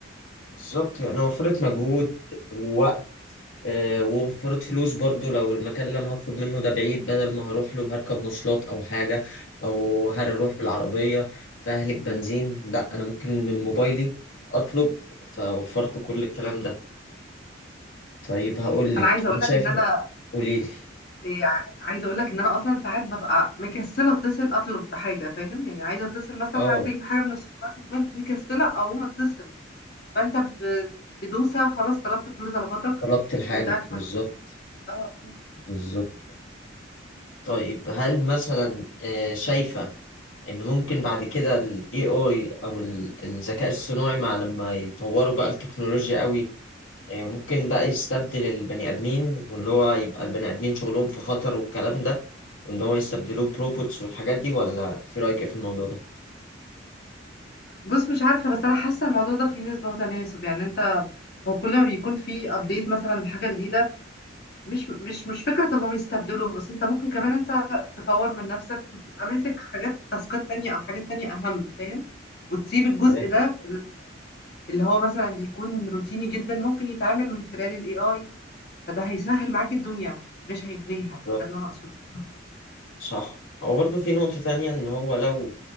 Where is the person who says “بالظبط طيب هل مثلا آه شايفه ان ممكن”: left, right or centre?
Left